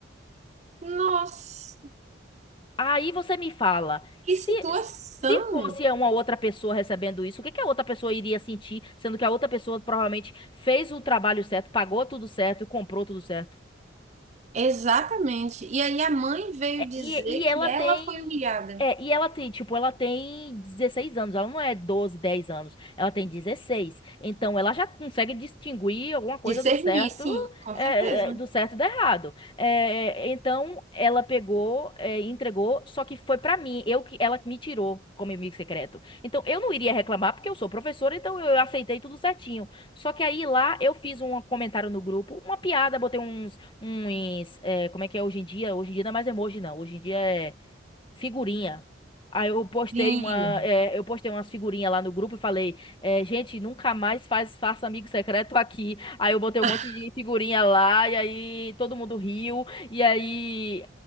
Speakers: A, on the right; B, on the left.
A: nossa,
B: Aí você me fala,
A: que
B: se,
A: situação.
B: se fosse uma outra pessoa recebendo isso, o que que a outra pessoa iria sentir, sendo que a outra pessoa provavelmente fez o trabalho certo, pagou tudo certo e comprou tudo certo?
A: Exatamente. E aí a mãe veio
B: É,
A: dizer
B: E, e ela
A: que ela
B: tem.
A: foi humilhada.
B: É, e ela tem, tipo, ela tem 16 anos, ela não é 12 10 anos, ela tem dezesseis Então ela já consegue distinguir alguma coisa
A: Discernir,
B: do certo,
A: sim, com
B: é,
A: certeza.
B: é, do certo e do errado. É, então ela pegou, é, e entregou, só que foi pra mim, eu que ela que me tirou como inimigo secreto. Então eu não iria reclamar porque eu sou professora, então eu aceitei tudo certinho. Só que aí lá eu fiz um comentário no grupo, uma piada, botei uns, uns é, como é que é hoje em dia? Hoje em dia não é mais emoji, não. Hoje em dia é figurinha. Aí eu postei
A: Sim.
B: uma, é, eu postei umas figurinhas lá no grupo e falei, é, gente, nunca mais faz, faça amigo secreto aqui. Aí eu botei um
A: <laughs>
B: monte de figurinha lá e aí todo mundo riu. E aí,